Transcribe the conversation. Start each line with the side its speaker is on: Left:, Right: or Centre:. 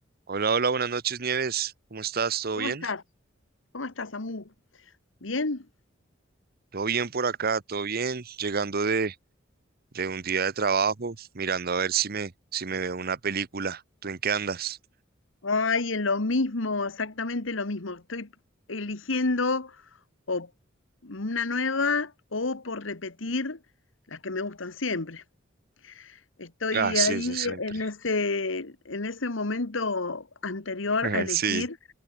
Right: Hola, hola, buenas noches, Nieves. ¿Cómo estás? ¿Todo
Left: ¿Cómo
Right: bien?
Left: estás? ¿Cómo estás, Amu? ¿Bien?
Right: Todo bien por acá, todo bien. Llegando de, de un día de trabajo, mirando a ver si me, si me veo una película. ¿Tú en qué andas?
Left: Ay, en lo mismo, exactamente lo mismo. Estoy eligiendo o una nueva o por repetir las que me gustan siempre. Estoy
Right: Ah, sí,
Left: ahí
Right: ese siempre.
Left: en ese, en ese momento anterior
Right: <laughs>
Left: a elegir,
Right: Sí.